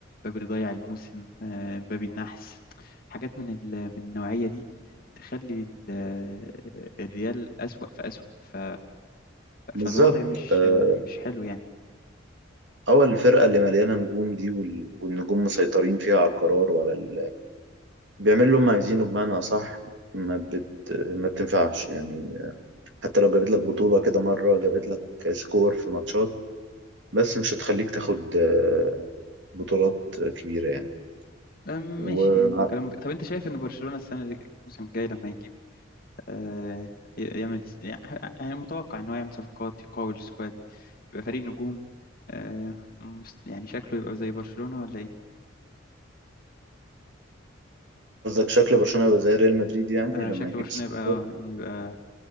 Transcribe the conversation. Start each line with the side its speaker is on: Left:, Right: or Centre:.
Left: امبابي اللي ضيع الموسم آه، امبابي النحس حاجات من ال- من النوعية دي تخلي ال- آه، الريال أسوأ فأسوأ ف...
Right: بالظبط
Left: فالوضع مش
Right: آه،
Left: آه، مش حلو يعني
Right: هو الفرقه اللي مليانه نجوم دي وال- والنجوم مسيطرين فيها على القرار وعلى ال... بيعملوا اللي هم عايزينه بمعنى اصح ما بت... ما بتنفعش يعني حتى لو جابت لك بطوله كده مره جابت لك سكور في ماتشات بس مش هتخليك تاخد آه، بطولات كبيره يعني
Left: آه، ماشي
Right: وقصدك
Left: يعني ده كلام مت- طب انت شايف ان برشلونة السنة الج- الموسم الجاي لما يجي آه، يعمل يعني متوقع إن هو يعمل صفقات يقوي السكواد يبقى فريق نجوم آه، مس- يعني شكله يبقى زي برشلونة ولا إيه؟
Right: شكل برشلونه يبقى زي ريال مدريد يعني
Left: آه،
Right: لما
Left: شكل
Right: يجيب
Left: برشلونة
Right: صفقات
Left: يبقى آه يبقى